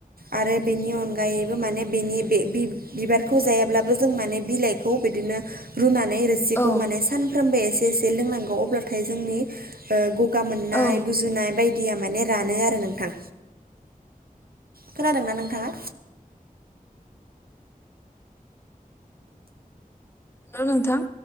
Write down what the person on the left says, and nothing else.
औ
औ
हेलौ नोंथां